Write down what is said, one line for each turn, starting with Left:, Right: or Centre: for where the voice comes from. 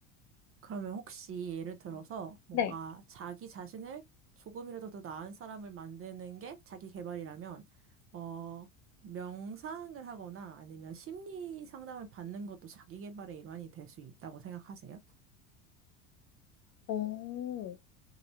Right: 그러면 혹시 예를 들어서
Left: 음.
Right: 뭔가
Left: 네.
Right: 자기 자신을 조금이라도 더 나은 사람을 만드는 게 자기 개발이라면, 어, 명상을 하거나 아니면 심리 상담을 받는 것도 자기 개발의 일환이 될 수 있다고 생각하세요?
Left: 오,